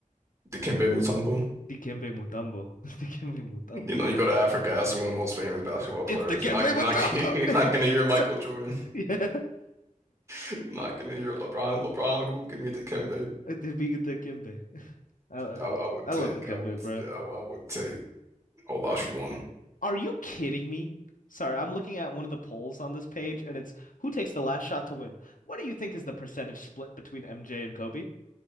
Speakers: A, on the right; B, on the left.
A: Dikembe Mutombo.
B: Dikembe Mutombo. <laughs> Dikembe Mutombo.
A: You know, you
B: Yes.
A: go to Africa, ask one of the most famous basketball
B: It's
A: players.
B: Dikembe
A: You're not you're
B: Mutombo.
A: not <laughs> you're not gonna hear
B: <laughs>
A: Michael
B: So,
A: Jordan.
B: yeah.
A: You're not gonna hear LeBron. LeBron who? Give me Dikembe.
B: The big Dikembe. I, uh,
A: I, I would
B: I
A: take
B: love Dikembe,
A: I would
B: bro.
A: yeah, I, I would take Olajuwon.
B: Are you kidding me? Sorry, I'm looking at one of the polls on this page and it's who takes the last shot to win. What do you think is the percentage split between MJ and Kobe?